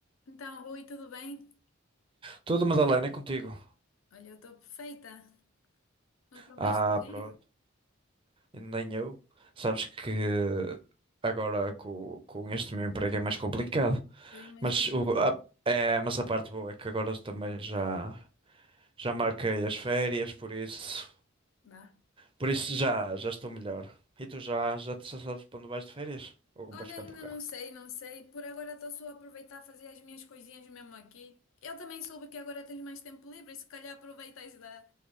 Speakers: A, on the left; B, on the right.
A: Então, Rui, tudo bem?
B: Tudo, Madalena, é contigo.
A: Olha, eu estou perfeita. Nunca
B: Ah,
A: mais te vi?
B: pronto. Nem eu. Sabes que agora com, com este meu emprego é mais complicado.
A: Eu imagino
B: Mas, o,
A: que sim.
B: a, é, mas a parte boa é que agora também já, já marquei as férias, por isso,
A: Vá.
B: por isso já, já estou melhor. E tu já, já, te- já sabes para onde vais de férias? Ou
A: Olha,
B: vais ficar
A: ainda
B: por cá?
A: não sei, não sei. Por agora estou só a aproveitar a fazer as minhas coisinhas mesmo aqui. Eu também soube que agora tens mais tempo livre, se calhar aproveitas da...